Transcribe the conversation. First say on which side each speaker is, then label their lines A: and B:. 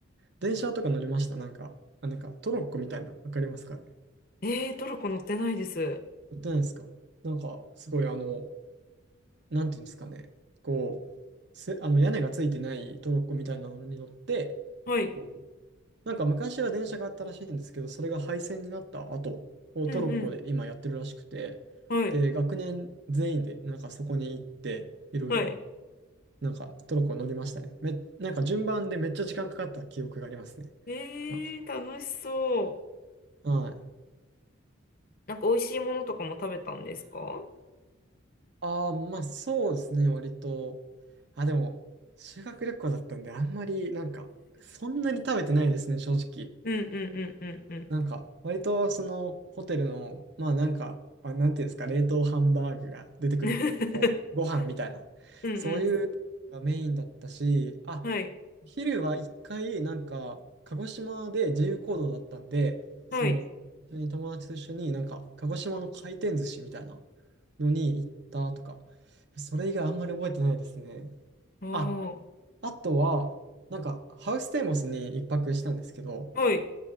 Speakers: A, on the right; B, on the left.
A: 電車とか乗りましたなんか、あ、なんかトロッコみたいな、わかりますかね
B: えー、トルコ乗ってないです。
A: 乗ってないですかなんか、すごいあの、なんていうんですかね。こう、せ、あの、屋根がついてないトロッコみたいなのに乗って、
B: はい。
A: こうなんか昔は電車があったらしいんですけど、それが廃線になった後をトロッコで今やってるらしくて、
B: うんうん。はい。
A: で、学年全員でなんかそこに行って、いろいろ
B: はい。
A: なんかトルコ乗りましたね。め、なんか順番でめっちゃ時間かかった記憶がありますね。
B: えー、
A: なんか。
B: 楽しそう。
A: はい。
B: なんか美味しいものとかも食べたんですか <laughs>
A: ああ、まあそうですね、割と。あ、でも、修学旅行だったんで、あんまりなんか、そんなに食べてないですね、正直。
B: うんうんうんうんうん。
A: なんか、割とそのホテルの、まあなんか、あ、なんていうんですか、冷凍ハンバーグが出てくる、
B: <laughs>
A: こう、ご飯みたいな、
B: うんう
A: そういうがメインだったし、あ、
B: ん。はい。
A: 昼は一回、なんか、鹿児島で自由行動だったんで、その、
B: はい。
A: 一緒に友達と一緒に、なんか、鹿児島の回転寿司みたいなのに行ったとか、それ以外あんまり覚えてないですね。
B: あー。
A: あ、あとは、なんか、ハウステンボスに一泊したんですけど、
B: はい。